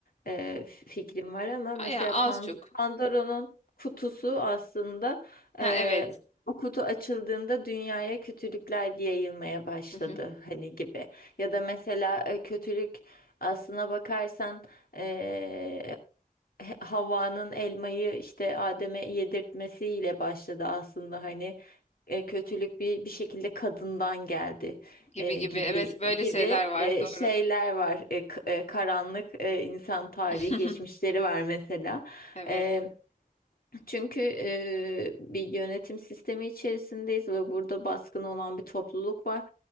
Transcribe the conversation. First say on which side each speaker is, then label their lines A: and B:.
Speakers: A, on the left; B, on the left.
A: e, fikrim var ama
B: A-
A: mesela
B: Ya az
A: Pand-
B: çok.
A: Pandora'nın kutusu aslında
B: Ha
A: e,
B: evet.
A: o kutu açıldığında dünyaya kötülükler yayılmaya başladı
B: Hı hı.
A: hani gibi. Ya da mesela e, kötülük aslına bakarsan eee, He- Havva'nın elmayı işte Adem'e yedirtmesiyle başladı aslında hani e, kötülük bir bir şekilde kadından geldi
B: Gibi
A: e,
B: gibi.
A: gibi
B: Evet böyle
A: gibi
B: şeyler var.
A: e,
B: Doğru.
A: şeyler var E, k- e, karanlık e, insan tarihi
B: <laughs>
A: geçmişleri var mesela
B: Evet.
A: E, çünkü eee, bir yönetim sistemi içerisindeyiz ve burada baskın olan bir topluluk var